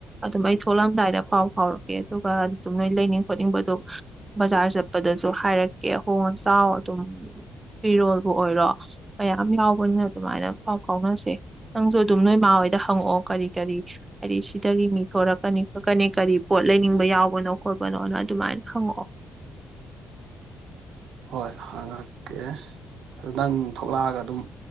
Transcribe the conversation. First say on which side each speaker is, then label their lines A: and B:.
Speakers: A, on the right (about 20°); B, on the right (about 80°).
A: ꯑꯗꯨꯝ ꯑꯩ ꯊꯣꯛꯂꯝꯑꯗꯥꯏꯗ ꯄꯥꯎ ꯐꯥꯎꯔꯛꯀꯦ ꯑꯗꯨꯒ ꯑꯗꯨꯝ ꯅꯣꯏ ꯂꯩꯅꯤꯡ ꯈꯣꯠꯅꯤꯡꯕꯗꯣ ꯕꯖꯥꯔ ꯆꯠꯄꯗꯁꯨ ꯍꯥꯏꯔꯛꯀꯦ ꯑꯍꯣꯡ ꯑꯆꯥꯎ ꯑꯗꯨꯝ ꯐꯤꯔꯣꯜꯕꯨ ꯑꯣꯏꯔꯣ ꯃꯌꯥꯝ ꯌꯥꯎ ꯑꯩ ꯃꯣꯏꯅ ꯑꯗꯨꯃꯥꯏꯅ ꯄꯥꯎ ꯐꯥꯎꯅꯁꯦ ꯅꯪꯁꯨ ꯑꯗꯨꯝ ꯅꯣꯏꯃꯥ ꯍꯣꯏꯗ ꯍꯪꯉꯛꯑꯣ ꯀꯔꯤ ꯀꯔꯤ ꯍꯥꯏꯗꯤ ꯁꯤꯗꯒꯤ ꯃꯤ ꯊꯣꯔꯛꯀꯅꯤ ꯈꯣꯠꯀꯅꯤ ꯀꯔꯤ ꯄꯣꯠ ꯂꯩꯅꯤꯡꯕ ꯌꯥꯎꯕꯅꯣ ꯈꯣꯠꯄꯅꯣꯅ ꯑꯗꯨꯃꯥꯏꯅ ꯍꯪꯉꯛꯑꯣ
B: ꯍꯣꯏ ꯍꯉꯀꯦ ꯑꯗꯨ ꯅꯪ ꯊꯣꯛꯂꯛꯑꯒ ꯑꯗꯨꯝ